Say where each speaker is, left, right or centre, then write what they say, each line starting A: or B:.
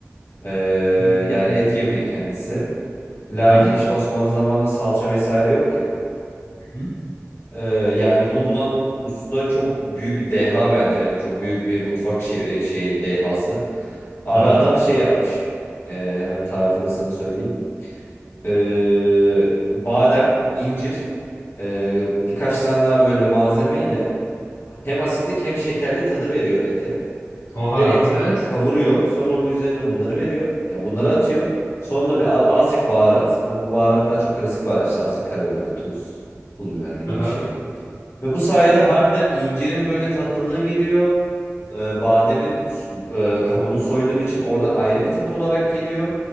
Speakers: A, on the left; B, on the left.
A: E,
B: Hmm,
A: yani et yemeği kendisi. Lakin
B: aha.
A: işte Osmanlı zamanında salça vesaire yok ya.
B: hı,
A: E, yani bunu bulan usta çok büyük bir deha bence. Yani çok büyük bir mutfak şey, e, şeyi dehası. Abi
B: Aha.
A: adam şey yapmış. E, hemen tarifi de sana söyleyeyim. e, badem, incir, e, birkaç tane daha böyle malzemeyle hem asidik hem şekerli tadı veriyor ete.
B: Oha.
A: Ve eti
B: Evet.
A: kavuruyor. Sonra bu üzerine bunları veriyor. Ya bunları atıyor. Sonra bir a- azıcık baharat ve bu baharatlar çok klasik baharat. İşte azıcık karabiber, tuz, pul biber gibi
B: Aha.
A: bir şey. Ve bu sayede harbiden incirin böyle tatlılığı geliyor. E, bademin e, kabuğunu soyduğun için oradan ayrı bir tat olarak geliyor.